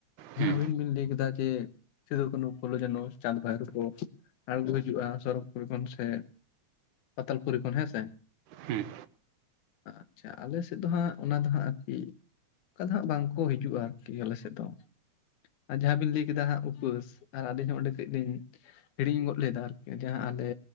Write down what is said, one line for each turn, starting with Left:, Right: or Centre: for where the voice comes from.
Right: ᱦᱮᱸ
Left: ᱡᱟᱦᱟᱸ
Right: ᱦᱮᱸ
Left: ᱟᱹᱵᱤᱱ ᱵᱤᱱ ᱞᱟᱹᱭ ᱠᱮᱫᱟ ᱡᱮ, ᱥᱩᱫᱩ, ᱠᱥᱱᱩ, ᱯᱷᱩᱞᱳ, ᱡᱟᱱᱚ, ᱪᱟᱸᱫᱽ, ᱵᱷᱟᱭᱨᱚ ᱠᱚ ᱟᱬᱜᱚ ᱦᱤᱡᱩᱜ-ᱟ ᱥᱚᱨᱚᱜᱽ ᱯᱩᱨᱤ ᱠᱷᱚᱱ ᱥᱮ ᱯᱟᱛᱟᱞ ᱯᱩᱨᱤ ᱠᱷᱚᱱ ᱦᱮᱸ ᱥᱮ
Right: ᱦᱩᱸ
Left: ᱟᱪᱪᱷᱟ ᱟᱞᱮ ᱥᱮᱫ ᱫᱚ ᱦᱟᱸᱜ ᱚᱱᱟ ᱫᱚ ᱦᱟᱸᱜ ᱟᱨᱠᱤ ᱚᱝᱠᱟ ᱫᱚ ᱦᱟᱸᱜ ᱵᱟᱝᱠᱚ ᱦᱤᱡᱩᱜ-ᱟ ᱟᱨᱠᱤ ᱟᱞᱮ ᱥᱮᱫ ᱫᱚ᱾ ᱟᱨ ᱡᱟᱦᱟᱸ ᱵᱤᱱ ᱞᱟᱹᱭ ᱠᱮᱫᱟ ᱦᱟᱸᱜ ᱩᱯᱟᱹᱥ ᱟᱨ ᱟᱹᱞᱤᱧ ᱦᱚᱸ ᱚᱸᱰᱮ ᱠᱟᱹᱡ ᱞᱤᱧ ᱦᱤᱲᱤᱧ ᱜᱚᱫ ᱞᱮᱫᱟ ᱟᱨᱠᱤ ᱡᱟᱦᱟᱸ ᱟᱞᱮ